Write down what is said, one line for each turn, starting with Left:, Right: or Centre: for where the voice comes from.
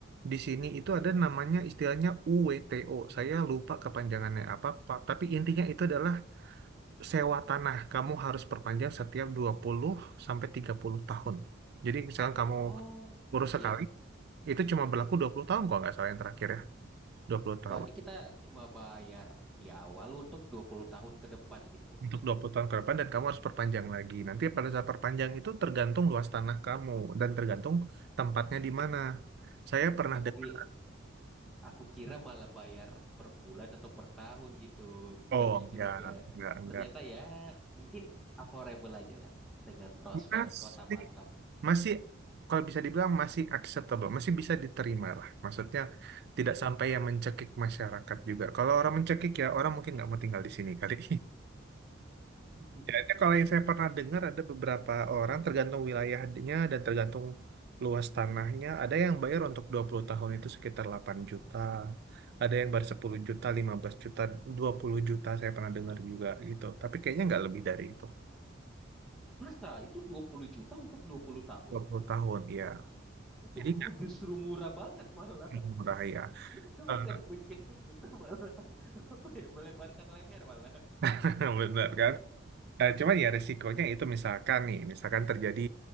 Right: di sini itu ada namanya istilahnya UWTO. Saya lupa kepanjangannya apa, Pak. Tapi intinya itu adalah sewa tanah. Kamu harus perpanjang setiap dua puluh sampai tiga puluh tahun. Jadi misalkan kamu
Centre: Oh,
Right: urus
Centre: iya.
Right: sekali, itu cuma berlaku 20 tahun kalau nggak salah yang terakhir ya. dua puluh tahun.
Centre: Berarti kita cuma bayar di awal untuk 20 tahun ke depan gitu.
Right: Untuk 20 tahun ke depan dan kamu harus perpanjang lagi. Nanti pada saat perpanjang itu tergantung luas tanah kamu dan tergantung tempatnya di mana. Saya pernah
Centre: Aku
Right: dengar,
Centre: ki aku kira malah bayar per bulan atau per tahun gitu.
Right: oh
Centre: Ngeri
Right: enggak,
Centre: juga.
Right: enggak, enggak.
Centre: Ternyata ya mungkin affordable aja lah dengan prospek
Right: Masih,
Centre: Kota Batam.
Right: masih kalau bisa dibilang masih acceptable, masih bisa diterima lah. Maksudnya tidak sampai yang mencekik masyarakat juga. Kalau orang mencekik ya orang mungkin nggak mau tinggal di sini kali. <laughs>
Centre: <laughs>
Right: Ya, itu kalau yang saya pernah dengar ada beberapa orang tergantung wilayahnya dan tergantung luas tanahnya, ada yang bayar untuk 20 tahun itu sekitar 8 juta, ada yang bayar 10 juta, 15 juta, 20 juta saya pernah dengar juga gitu. Tapi kayaknya nggak lebih dari itu.
Centre: Masa itu 20 juta untuk 20 tahun?
Right: dua puluh tahun, ya.
Centre: Itu
Right: Jadi nggak
Centre: justru murah banget malah.
Right: murah ya.
Centre: <laughs> Itu bukan
Right: Eh,
Centre: mencekik gitu malah <laughs> apa ya melebarkan leher malah.
Right: <laughs> Bener kan? Eh, cuman ya resikonya itu misalkan nih, misalkan terjadi